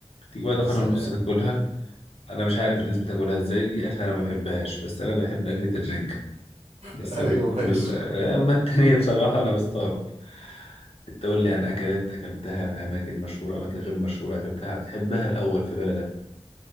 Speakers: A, on the left; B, on the right.
A: تيجي بعد
B: يا
A: قرن
B: سلام
A: ونص تاكلها انا مش عارف الناس بتاكلها ازاي دي اكله انا ما بحبهاش بس انا بحب اكله الرنجة
B: <laughs>
A: بس
B: ايوه
A: أم-
B: ماشي
A: اما التانية بصراحه انا بستغرب انت قول لي عن اكلات اكلتها في اماكن مشهوره اماكن غير مشهوره اكلتها بتحبها الاول في بلدك